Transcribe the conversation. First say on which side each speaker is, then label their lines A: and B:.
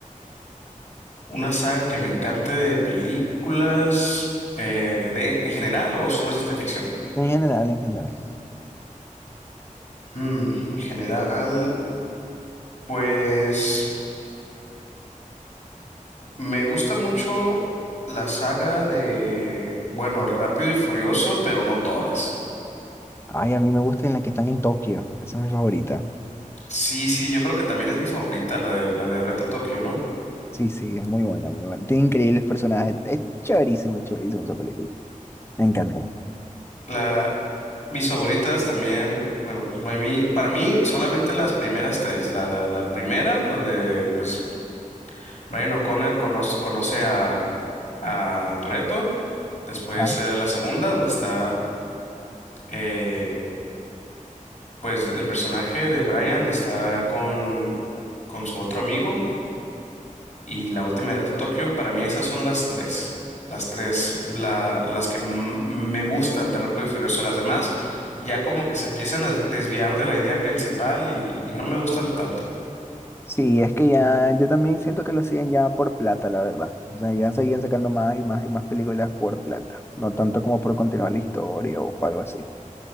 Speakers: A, on the left (about 60°); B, on the left (about 15°).
A: Una saga que me encante de películas, eh, de, en general o solo ciencia ficción.
B: En general, en general.
A: Mm, en general, pues me gusta mucho la saga de, bueno, Rápido y Furioso, pero no todas.
B: Ay, a mí me gusta en la que están en Tokio, esa es mi favorita.
A: Sí, sí, yo creo que también es mi favorita, la de, la de Reto Tokio, ¿no?
B: Sí, sí, es muy buena, muy buena. Tiene increíbles personajes. Es chéverísima, chéverísima esa película. Me encantó.
A: La, mis favoritas también, bueno, para mí, para mí solamente las primeras tres. La, la primera, donde pues Brian O'Connor conoce, conoce a, a Toretto. Después
B: Ah.
A: eh, la segunda, donde está eh, Pues el personaje de Brian está con, con su otro amigo y la última de Reto Tokio. Para mí esas son las tres. Las tres, la- las que m- me gustan de Rápido y Furioso. Las demás ya como que se empiezan a desviar de la idea principal y, y no me gustan tanto.
B: Sí, es que ya, yo también siento que lo hacían ya por plata, la verdad. O sea, ya seguían sacando más y más y más películas por plata. No tanto como por continuar la historia o algo así.